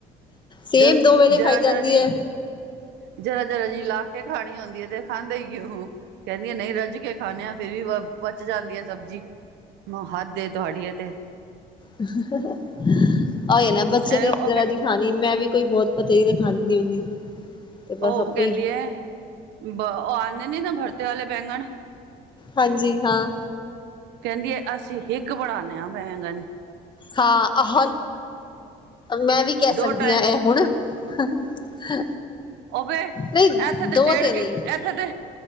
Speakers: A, on the left; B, on the right.
A: ਸੇਮ
B: ਜਦ,
A: ਦੋ ਵੇਲੇ
B: ਜਰਾ-ਜਰਾ
A: ਖਾਈ ਜਾਂਦੀ
B: ਜੀ।
A: ਹੈ
B: ਜਰਾ-ਜਰਾ ਜੀ ਲਾ ਕੇ ਖਾਣੀ ਹੁੰਦੀ ਹੈ, ਤੇ ਖਾਂਦੇ ਹੀ ਕਿਉਂ ਹੋ? ਕਹਿੰਦੀਆਂ ਨਹੀਂ, ਰੱਜ ਕੇ ਖਾਣੇ ਆ, ਫੇਰ ਵੀ ਬਚ ਜਾਂਦੀ ਏ ਸਬਜ਼ੀ। ਮੈਂ ਕਿਹਾ ਹੱਦ ਏ ਤੁਹਾਡੀ ਇਹ ਤੇ।
A: ਉਹੀ ਨਾ, ਬੱਚਿਆਂ
B: ਇਹ
A: ਨੇ
B: ਉਹ
A: ਜਰਾ ਜੀ ਖਾਣੀ ਮੈਂ ਵੀ ਕੋਈ ਬਹੁਤ ਪਤਾ ਹੀ ਤਾਂ ਖਾਂਦੀ ਨੀ ਹੁੰਦੀ। ਤੇ ਬਸ
B: ਉਹ
A: ਆਪੇ
B: ਕਹਿੰਦੀ
A: ਹੀ
B: ਹੈ, ਬ, ਉਹ ਆਉਂਦੇ ਨੇ ਹੁੰਦੇ ਭੜਤੇ ਵਾਲੇ ਬੈਂਗਣ
A: ਹਾਂਜੀ ਹਾਂ
B: ਕਹਿੰਦੀ ਹੈ ਅਸੀਂ ਹਿੱਕ ਬਣਾਨੇ ਆ ਬੈਂਗਨ
A: ਹਾਂ ਆ ਮੈਂ ਵੀ ਕਹਿ
B: ਦੋ
A: ਸਕਦੀ
B: ਟਾਈਮ
A: ਹਾਂ ਇਹ ਹੁਣ <unintelligible>
B: ਉਹਵੇ ਇੱਥੇ
A: ਨਹੀਂ
B: ਤੇ
A: ਦੋ
B: ਡੇੜ ਕੇ
A: ਨਹੀਂ
B: ਇੱਥੇ ਤੇ